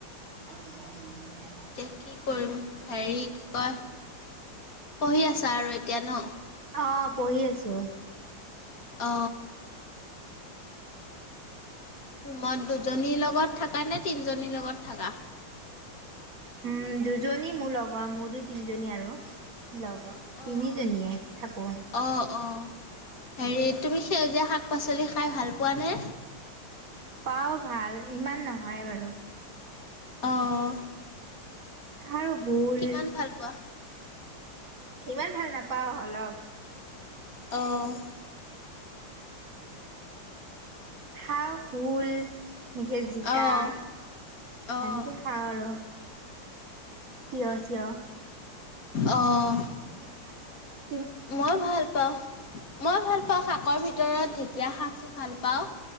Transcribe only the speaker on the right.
যোৱা হোম টোৰ যে
অ পঢ়ি আছো।
উ দুজনী মোৰ লগৰ মোৰ দুই তিনজনী আৰু। লগ তিনিজনীয়ে
থাকোঁ।
পাওঁ ভাল ইমান নহয় বাৰু।
আৰু ভোল
ইমান ভাল নাপাও অলপ।
খাও ভোল। এনেকে জিকা
সেনেকে খাওঁ আৰু। তিয় জি তিয়ঁহ।
কুন্দুলিৰ মাটি এবেগ।